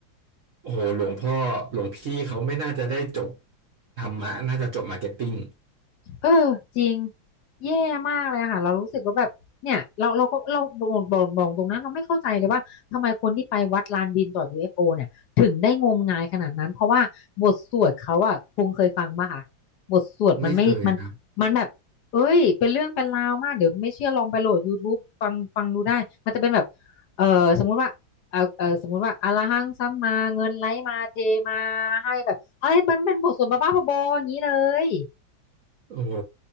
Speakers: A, on the right (about 60°); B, on the left (about 65°).
A: โอ้โหหลวงพ่อหลวงพี่เขาไม่น่าจะได้จบธรรมะน่าจะจบมาร์เก็ตติ้ง
B: เออจริงแย่มากเลยค่ะเรารู้สึกว่าแบบเนี่ยเราเราก็เราบอกบอกบอกตรงนั้นเราไม่เข้าใจเลยว่าทำไมคนที่ไปวัดลานบินต่อ UFO เอฟโอเนี่ยถึงได้งมงายขนาดนั้นเพราะว่าบทสวดเขาอะพงษ์เคยฟังป่ะคะบทสวดมันไม่มันมันแบบเอ้ยเป็นเรื่องเป็นราวมากเดี๋ยวไม่เชื่อลองไปโหลด
A: ไม่เคยครับ
B: YouTube ฟังฟังดูได้มันจะเป็นแบบเออสมมุติว่าเออเออสมมุติว่าอะระหังสัมมาเงินไหลมาเทมาให้แบบอะไรมันเป็นบทสวดบ้าๆบอๆอย่างนี้เลย
A: โอ้โห